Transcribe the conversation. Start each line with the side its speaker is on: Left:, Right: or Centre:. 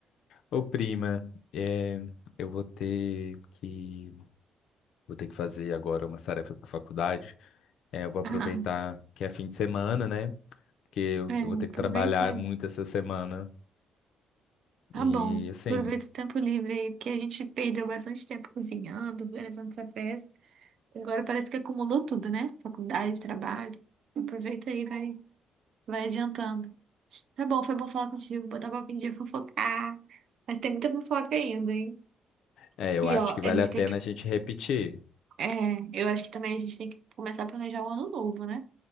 Left: Ô, prima, é, eu vou ter que. Vou ter que fazer agora umas tarefas da faculdade. É, eu vou aproveitar
Right: Ah,
Left: que é fim de semana, né? Porque eu
Right: é,
Left: eu vou ter
Right: aproveita
Left: que trabalhar muito essa semana.
Right: Tá
Left: E
Right: bom,
Left: assim.
Right: aproveita o tempo livre aí, porque a gente perdeu bastante tempo cozinhando, organizando essa festa. Agora parece que acumulou tudo, né? Faculdade, trabalho. Aproveita aí, vai, vai adiantando. Tá bom, foi bom falar contigo, botar papo em dia, fofocar. Mas tem muita fofoca ainda, hein?
Left: É, eu
Right: E
Left: acho
Right: ó,
Left: que vale
Right: a gente
Left: a pena
Right: tem que.
Left: a gente repetir.
Right: É, eu acho que também a gente tem que começar a planejar o ano novo, né?